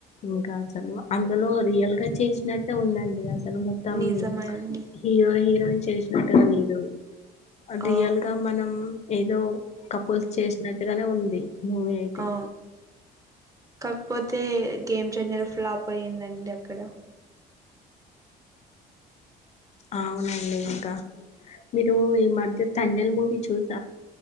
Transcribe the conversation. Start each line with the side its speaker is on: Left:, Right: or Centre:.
Left: ఇంకా అసలు అందులో రియల్ గా చేసినట్టే ఉందండి అస సలు మొత్తం
Right: నిజమండి
Left: హీరో హీరోయిన్ చేసినట్టుగా లేదు అదియల్
Right: ఆ
Left: గా మనం ఏదో కపుల్స్ చేసినట్టుగానే ఉంది. మూవీ అయితే
Right: ఆ కాక్ పోతే గేమ్ చేంజర్ ఫ్లాప్ అయిందండి అక్కడ
Left: అవునండి ఇంకా మీరు ఈ మధ్య తండెల్ మూవీ చూస్